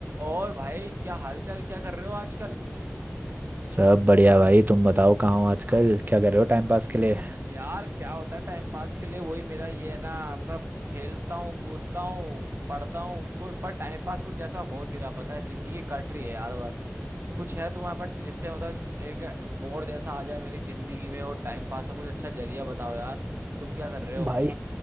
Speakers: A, on the right; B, on the right.
A: और भाई क्या हालचाल क्या कर रहे हो आजकल
B: सब बढ़िया भाई तुम बताओ कहाँ हो आजकल क्या कर रहे हो टाइम पास के लिए
A: यार क्या होता है टाइम पास के लिए वही मेरा ये है ना मतलब खेलता हूँ कूदता हूँ पढ़ता हूँ कुछ पर टाइम पास कुछ जैसा हो नहीं रहा पता है जिंदगी कट रही है यार बस कुछ है तुम्हारे पास जिससे मतलब एक मोड़ जैसा आ जाए मेरी जिंदगी में और टाइम पास का कुछ अच्छा जरिया बताओ यार तुम क्या कर रहे हो
B: भाई